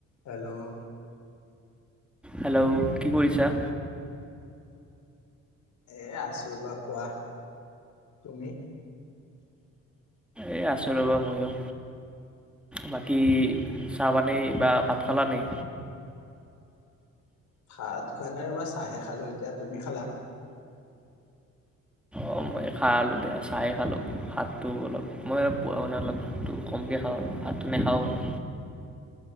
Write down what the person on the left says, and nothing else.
hello
এ আছো ৰবা কোৱা তুমি
ভাত খোৱা নাই ৰবা চাহে খালো এতিয়া তুমি খালা